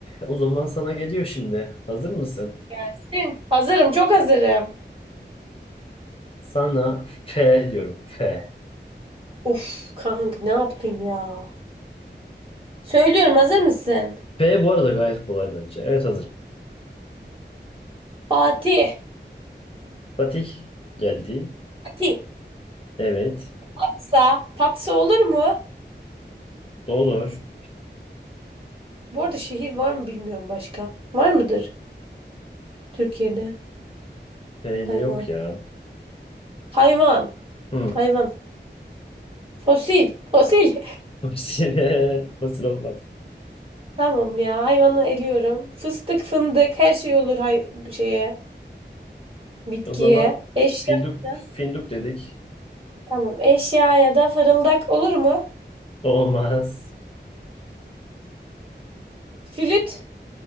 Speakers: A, on the left; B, on the right.
A: o zaman sana geliyor şimdi. Hazır mısın?
B: Gelsin. Hazırım çok hazırım.
A: Sana F diyorum. F.
B: Of kanka ne yaptın ya? Söylüyorum hazır mısın?
A: F bu arada gayet kolay bence. Evet hazırım.
B: Fatih.
A: Fatih geldi.
B: Fatih.
A: Evet.
B: Tatsa. Tatsa olur mu?
A: Olur.
B: Bu arada şehir var mı bilmiyorum başka. Var mıdır Türkiye'de?
A: B
B: Hayvan.
A: ile yok ya.
B: Hayvan.
A: Hı.
B: Hayvan.
A: <laughs>
B: Fosil. Fosil.
A: Fasil, fasil olmaz.
B: <laughs> Tamam ya hayvanı eliyorum. Fıstık fındık her şey olur hay şeye. Bitkiye.
A: O zaman
B: Eşya.
A: finduk,
B: da.
A: finduk dedik.
B: Tamam eşya ya da fırıldak olur mu?
A: Olmaz.
B: Flüt.